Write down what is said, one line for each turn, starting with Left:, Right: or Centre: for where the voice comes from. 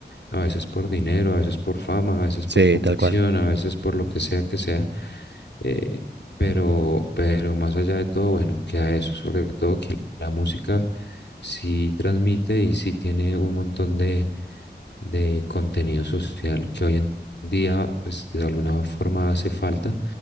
Left: a veces por dinero, a veces por fama, a veces
Right: Sí,
Left: por convicción,
Right: tal cual.
Left: a veces por lo que sea que sea. eh, pero, pero más allá de todo, bueno, queda eso, sobre todo que la música sí transmite y sí tiene un montón de, de contenido social que hoy en día, pues de alguna forma hace falta